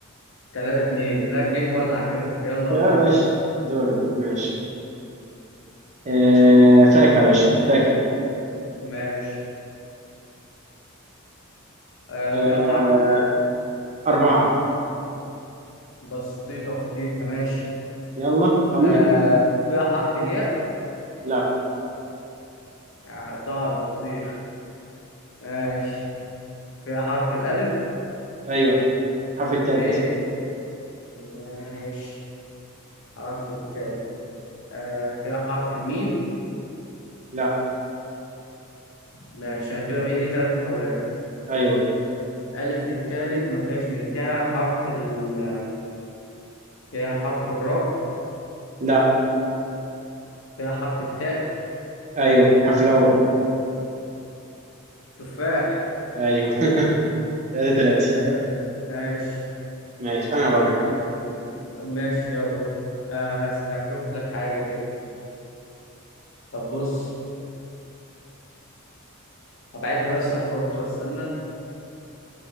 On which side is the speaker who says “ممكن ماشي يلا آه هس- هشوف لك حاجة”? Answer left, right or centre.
Left